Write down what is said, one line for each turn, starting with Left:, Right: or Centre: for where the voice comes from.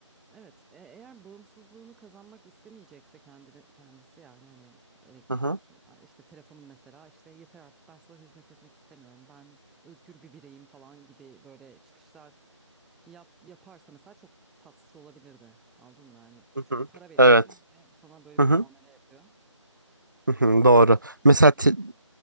Centre: Evet, e- eğer bağımsızlığını kazanmak istemeyecekse kendini, kendisi yani hani elektronik
Right: Hı hı.
Centre: a- işte telefonun mesela işte yeter artık ben sana hizmet etmek istemiyorum. Ben özgür bir bireyim falan gibi böyle çıkışlar yap, yaparsa mesela çok tatsız olabilirdi. Anladın mı? Hani
Right: Hı
Centre: çünkü
Right: hı.
Centre: para veriyorsun
Right: Evet.
Centre: ve sana böyle
Right: Hı
Centre: bir
Right: hı.
Centre: muamele yapıyor.
Right: Hı hı. Doğru.
Centre: Biraz keyifsiz.
Right: Mesela te
Centre: Evet,